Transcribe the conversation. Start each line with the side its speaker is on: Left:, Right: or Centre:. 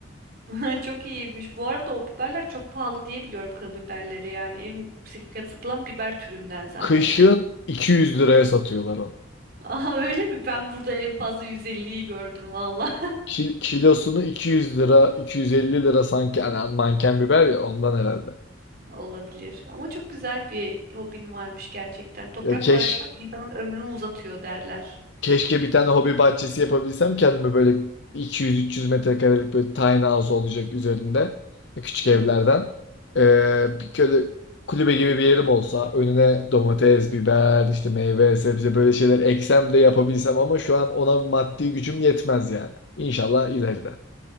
Right: <laughs> Çok iyiymiş. Bu arada o biberler çok pahalı diye biliyorum kıl biberleri. Yani en yüksek fiyat satılan biber türünden zaten
Left: Kışın
Right: o.
Left: 200 liraya satıyorlar onu.
Right: <laughs> Aa öyle mi? Ben burada en fazla 150'yi gördüm valla.
Left: Ki- Kilosunu 200 lira, 250 lira sanki. Hani manken biber ya ondan herhalde.
Right: <laughs> Olabilir. Ama çok güzel bir hobin varmış gerçekten. Toprakla
Left: Ya keş
Right: uğraşmak insanın ömrünü uzatıyor derler.
Left: Keşke bir tane hobi bahçesi yapabilsem kendime böyle 200-300 metrekarelik böyle tiny house olacak üzerinde. Küçük
Right: Evet.
Left: evlerden. Ee, bir böyle kulübe gibi bir yerim olsa önüne domates, biber, işte meyve, sebze böyle şeyler eksem de yapabilsem ama şu an ona maddi gücüm yetmez yani. İnşallah ileride.